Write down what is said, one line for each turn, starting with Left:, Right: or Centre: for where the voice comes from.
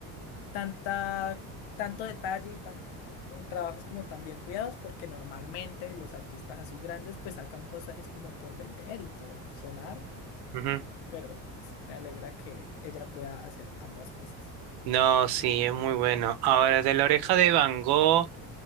Left: tanta, tanto detalle y tan, un trabajos como tan bien cuidados, porque normalmente los artistas así grandes pues sacan cosas es como por vender y por sonar,
Right: Ujú.
Left: pero pues me alegra que ella pueda hacer ambas cosas.
Right: No, sí, es muy bueno. Ahora, de la oreja de Van Gogh,